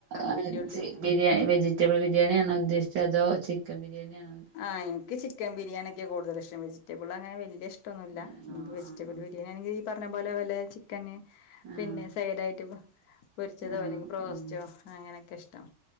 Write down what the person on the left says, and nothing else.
വല്യുള്ളി
ആഹ് ഇൻക്ക് ചിക്കൻ ബിരിയാണിക്കെ കൂടുതലി ഇഷ്ടം വെജിറ്റബിൾ അങ്ങനെ വെല്യേ ഇഷ് ഇഷ്ട്ടോന്നുല്ല
വെജിറ്റബിൾ
ബിരിയാണിണെങ്കി ഈ പർഞ്ഞ പോലെ വെല്ലേ ക്കന്
പിന്നെ സൈഡായിട്ട് പൊരിച്ചതോ
അല്ലെങ്കി ബ്രോസ്റ്റോ
അങ്ങനെക്കെ ഇഷ്ടം